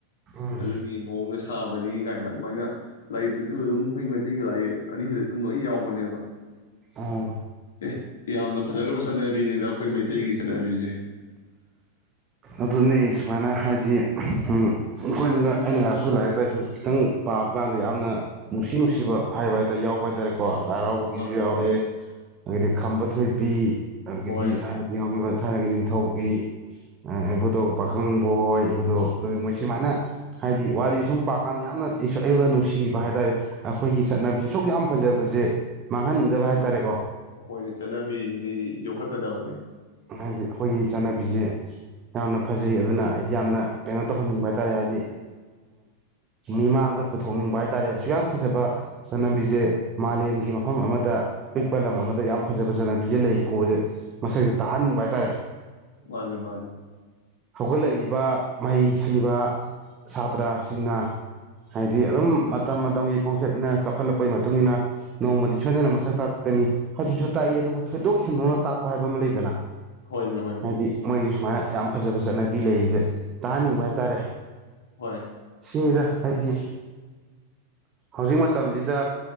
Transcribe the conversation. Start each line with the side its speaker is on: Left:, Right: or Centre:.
Right: ꯎꯝ
Left: ꯑꯗꯨꯒꯤ ꯃꯑꯣꯡꯅ ꯁꯥꯕꯅꯤ ꯀꯥꯏꯅ ꯑꯗꯨꯃꯥꯏꯅ ꯂꯥꯏꯔꯤꯛꯇꯁꯨ ꯑꯗꯨꯝ ꯑꯩꯈꯣꯏ ꯃꯩꯇꯩꯒꯤ ꯂꯥꯏꯔꯤꯛ ꯑꯔꯤꯕꯗ ꯑꯗꯨꯝ ꯂꯣꯏ ꯌꯥꯎꯕꯅꯦꯕ
Right: ꯑꯥ
Left: ꯌꯥꯝ ꯌꯥꯝꯅ ꯐꯖꯈ꯭ꯔꯕ ꯆꯠꯅꯕꯤꯅꯤꯅ ꯑꯩꯈꯣꯏ ꯃꯩꯇꯩꯒꯤꯁꯤ ꯠꯇꯅꯕꯤꯖꯦ
Right: ꯑꯗꯨꯅꯤ ꯁꯨꯃꯥꯏꯅ ꯍꯥꯏꯗꯤ ꯑꯩꯈꯣꯏꯅꯒ ꯑꯩꯅꯒꯁꯨ ꯂꯥꯏꯔꯤꯛ ꯂꯥꯏꯁꯨ ꯈꯤꯇꯪ ꯄꯥꯕ ꯀꯥꯟꯗ ꯌꯥꯝꯅ ꯅꯨꯡꯁꯤ ꯅꯨꯡꯁꯤꯕ ꯍꯥꯏꯕ ꯍꯥꯏꯇꯥꯔꯦ ꯌꯥꯎꯕ ꯍꯥꯏ ꯇꯥꯔꯦꯀꯣ ꯂꯔꯕꯨꯒꯔꯦ
Left: ꯃꯥꯅꯦ ꯃꯥꯅꯦ
Right: ꯑꯗꯤ ꯈꯥꯝꯕ ꯊꯣꯏꯕꯤ ꯑꯗꯨꯒꯤꯗꯤ
Left: ꯍꯣꯏ
Right: ꯊꯥꯏꯅꯒꯤ ꯌꯥꯎꯈꯤꯕ ꯍꯥꯟꯅꯒꯤ ꯅꯤꯡꯊꯧꯒꯤ ꯏꯕꯨꯙꯧ ꯄꯥꯈꯪꯕꯍꯣꯏ ꯏꯕꯨꯗꯧ ꯑꯗꯨꯒ ꯃꯣꯏ ꯁꯨꯃꯥꯏꯅ ꯍꯥꯏꯗꯤ ꯋꯥꯔꯤꯁꯦ ꯁꯨꯝ ꯄꯥꯛꯀꯥꯟꯗ ꯌꯥꯝꯅ ꯑꯩꯉꯣꯟꯗ ꯅꯨꯡꯁꯤꯕ ꯍꯥꯏ ꯇꯥꯔꯦ ꯑꯩꯈꯣꯏꯒꯤ ꯆꯠꯅꯕꯤꯁꯦ ꯑꯁꯨꯛ ꯌꯥꯝ ꯐꯖꯕꯁꯦ ꯃꯥꯡꯍꯟꯅꯤꯡꯗꯕ ꯍꯥꯏ ꯇꯥꯔꯦꯀꯣ
Left: ꯑꯩꯈꯣꯏ ꯆꯠꯅꯕꯤꯁꯤꯗꯤ ꯌꯣꯛꯈꯠꯀꯗꯕꯅꯦ
Right: ꯍꯥꯏꯗꯤ ꯑꯩꯈꯣꯏꯒꯤ <inaudible> ꯌꯥꯝꯅ ꯐꯖꯩ ꯑꯗꯨꯅ ꯍꯥꯏꯗꯤ ꯌꯥꯝꯅ ꯀꯩꯅꯣ ꯇꯧꯍꯟꯅꯤꯡꯕ ꯍꯥꯏ ꯇꯥꯔꯦ ꯍꯥꯏꯗꯤ ꯃꯤꯃꯥꯡꯗ ꯄꯨꯊꯣꯛꯅꯤꯡꯕ ꯍꯥꯏ ꯇꯥꯔꯦ ꯑꯁꯨꯛ ꯌꯥꯝ ꯐꯖꯕ ꯆꯠꯅꯕꯤꯁꯦ ꯃꯥꯂꯦꯝꯒꯤ ꯃꯐꯝ ꯑꯃꯗ ꯑꯄꯤꯛꯄ ꯂꯝ ꯑꯃꯗ ꯌꯥꯝ ꯐꯖꯕ ꯆꯠꯅꯕꯤꯁꯦ ꯂꯩ ꯀꯣꯁꯦ ꯃꯁꯛꯁꯦ ꯇꯥꯍꯟꯅꯤꯡꯕ ꯍꯥꯏ ꯇꯥꯔꯦ
Left: ꯃꯥꯅꯦ ꯃꯥꯅꯦ
Right: ꯍꯧꯒꯠꯂꯛꯏꯕ ꯃꯍꯩ ꯍꯩꯕ ꯁꯥꯇ꯭ꯔꯁꯤꯡꯅ ꯍꯥꯏꯗꯤ ꯑꯗꯨꯝ ꯃꯇꯝ ꯃꯇꯝꯒꯤ ꯈꯣꯡꯆꯠꯅꯤꯅ ꯆꯥꯎꯈꯠꯂꯛꯄꯒꯤ ꯃꯇꯨꯡ ꯏ ꯃꯇꯨꯡꯏꯟꯅ ꯅꯣꯡꯃꯗꯤ ꯁꯣꯏꯗꯅ ꯃꯁꯛ ꯇꯥꯛꯛꯀꯅꯤ ꯍꯧꯖꯤꯛꯁꯨ ꯇꯥꯛꯏ ꯑꯗꯨꯕꯨ ꯊꯣꯏꯗꯣꯛ ꯍꯦꯟꯗꯣꯛꯅ ꯇꯥꯛꯄ ꯍꯥꯏꯕ ꯑꯃ ꯂꯩꯗꯅ
Left: ꯍꯣꯏꯅꯦ ꯍꯣꯏꯅꯦ
Right: ꯍꯥꯏꯗꯤ ꯃꯣꯏꯒꯤ <unintelligible> ꯌꯥꯝ ꯐꯖꯕ ꯆꯠꯅꯕꯤ ꯂꯩꯁꯦ ꯇꯥꯍꯟꯅꯤꯡꯕ ꯍꯥꯏꯇꯥꯔꯦ
Left: ꯍꯣꯏ
Right: ꯁꯤꯁꯦ ꯍꯥꯏꯗꯤ ꯍꯧꯖꯤꯛ ꯃꯇꯝꯁꯤꯗ